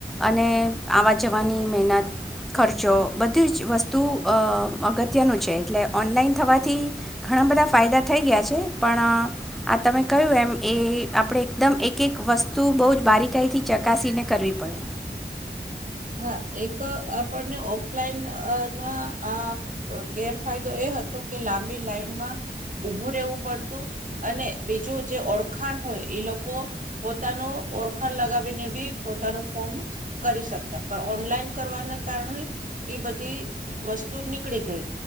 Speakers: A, in the centre; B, on the right.
A: અને આવા જવાની મહેનત, ખર્ચો બધી જ વસ્તુ અગત્યનું છે એટલે ઓનલાઈન થવાથી ઘણા બધા ફાયદા થઈ ગયા છે પણ આ તમે કહ્યું એમ એ આપણે એકદમ એક એક વસ્તુ બહુ જ બારીકાઈથી ચકાસીને કરવી પડે.
B: હા એક આપણને ઓફલાઈન ના આ ગેરફાયદો એ હતો કે લાંબી લાઈનમાં ઉભું રેહવું પડતું અને બીજું જે ઓળખાણ હોય એ લોકો પોતાનું ઓળખાણ લગાવીને બી પોતાનું ફોર્મ કરી શક તા ઓનલાઈન કરવાના કારણે ઈ બધી વસ્તુ નીકળી ગઈ